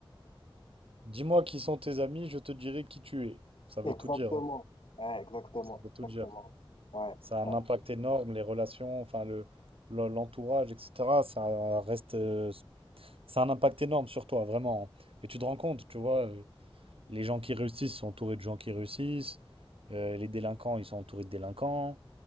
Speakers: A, on the right (about 85°); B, on the left (about 70°).
A: Dis-moi qui sont tes amis, je te dirai qui tu es. Ça
B: Exactement.
A: veut tout dire, hein.
B: Ouais, exactement,
A: Ça veut tout
B: exactement.
A: dire.
B: Ouais,
A: Ça a
B: ouais.
A: un impact énorme, les relations, enfin le, le- l'entourage, etc. Ça reste, euh, ça a un impact énorme sur toi, vraiment. hein. Et tu te rends compte, tu vois, euh, les gens qui réussissent sont entourés de gens qui réussissent. Euh, les délinquants, ils sont entourés de délinquants.